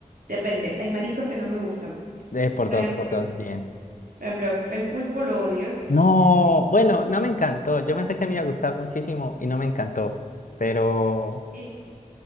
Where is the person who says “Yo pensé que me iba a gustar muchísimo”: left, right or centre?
Left